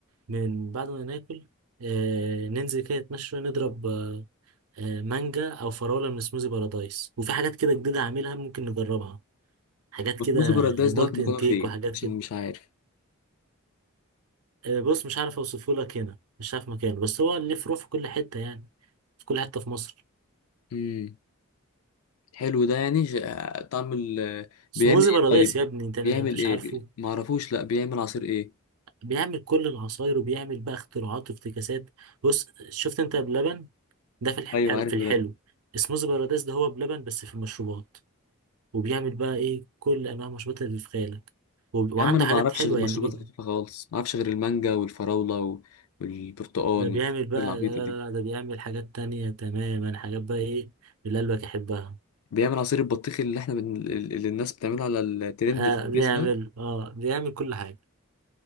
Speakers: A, on the right; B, on the left.
A: من بعد ما ناكل آه ننزل كده نتمشى شوية نضرب آه آه، مانجا أو فراولة من سموزي بارادايس وفي حاجات كده جديدة هعملها ممكن نجربها حاجات
B: بسبوسه
A: كده
B: بارادايس
A: مولتن
B: دوت مكانه
A: كيك
B: فين
A: وحاجات
B: عشان
A: كده
B: مش عارف
A: آه، بص مش عارف اوصفه لك هنا مش عارف مكانه بس هو ليه فروع في كل حته يعني في كل حته في مصر
B: امم حلو ده يعني ج- طعم ال
A: سموزي
B: بيعمل ايه
A: بارادايس
B: طيب
A: يا ابني انت
B: بيعمل
A: انت مش
B: ايه
A: عارفه
B: ما اعرفوش لا بيعمل عصير ايه
A: بيعمل كل العصاير وبيعمل بقى اختراعات وافتكاسات بص شفت انت بلبن ده في الحل...
B: ايوه عارف
A: في
B: بلبن
A: الحلو سموزي بارادايس ده هو بلبن بس في المشروبات وبيعمل بقى ايه كل انواع المشروبات اللي في خيالك وب... وعنده
B: يا عم انا ما
A: حاجات
B: اعرفش
A: حلوه
B: غير المشروبات
A: يعني بي...
B: الخفيفه خالص ما اعرفش غير المانجا والفراوله و- والبرتقال
A: ده بيعمل
B: والحاجات
A: بقى
B: العبيطه
A: لا لا
B: دي
A: لا لا، ده بيعمل حاجات تانية تماما حاجات بقى ايه اللي قلبك يحبها
B: بيعمل عصير البطيخ اللي احنا بن... اللي الناس بتعمله على الترند
A: آه
B: في الفيس
A: بيعمل
B: ده
A: اه بيعمل كل حاجة